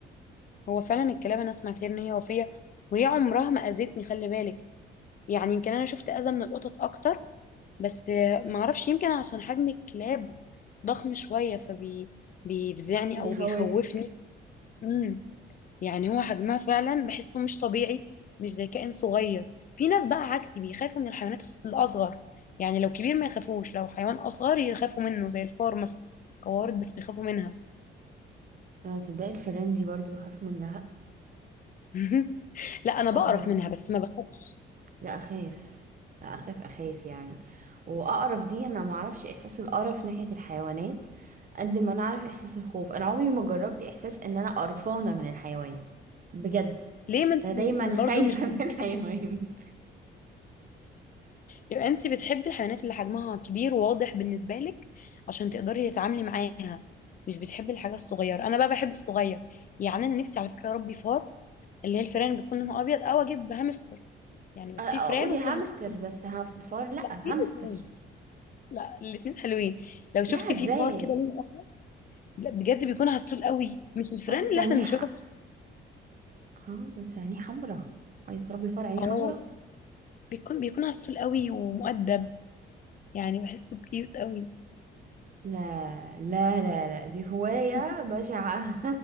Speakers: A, on the left; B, on the right.
A: هو فعلا الكلاب انا اسمع كتير ان هي وفيه وهي عمرها ما اذتني خلي بالك يعني يمكن انا شفت اذى من القطط اكتر بس ما اعرفش يمكن عشان حجم الكلاب ضخم شويه فبي بيفزعني
B: بيخوفك
A: او بيخوفني مم. يعني هو حجمها فعلا بحسه مش طبيعي مش زي كائن صغير في ناس بقى عكسي بيخافوا من الحيوانات الص- الأصغر يعني لو كبير ما يخافوش لو حيوان أصغر يخافوا منه زي الفار مثلا قوارض بس بيخافوا منها
B: انا تصدقي الفيران دي برضو بخاف منها
A: <laughs> لا أنا
B: اه
A: بقرف منها بس ما بخافش
B: لا اخاف لا اخاف اخاف يعني واقرف دي انا ما اعرفش احساس القرف ناحية الحيوانات قد ما انا اعرف احساس الخوف انا عمري ما جربت احساس ان انا قرفانة من الحيوان بجد
A: ليه ما انت
B: انا دايما خايفة
A: برضه مش
B: <laughs> من
A: مش
B: الحيوان
A: حابة- يبقى انت بتحبي الحيوانات اللي حجمها كبير وواضح بالنسبة لك عشان تقدري تتعاملي معاها مش بتحبي الحاجة الصغيرة أنا بقى بحب الصغير يعني أنا نفسي على فكرة أربي فار اللي هي الفيران اللي بتكون لونها أبيض أو أجيب هامستر يعني بس
B: أ- اقولي
A: في فران وفيها
B: هامستر
A: مكسوم
B: بس هف- فار لا
A: لا في الاثنين
B: هامستر
A: لا الاثنين حلوين لو شفتي
B: لا ازاي
A: في فار كده لون احمر لا بجد بيكون عسول قوي مش الفران
B: اه بس
A: اللي
B: عينيه
A: احنا بنشوفها
B: ح...
A: بس
B: اه بس عينيه حمرا عايز تربي فار عينيه
A: اه
B: حمرا
A: بيكون بيكون عسول قوي ومؤدب يعني بحسه كيوت قوي
B: لا لا لا لا دي هواية
A: <laughs>
B: بشعة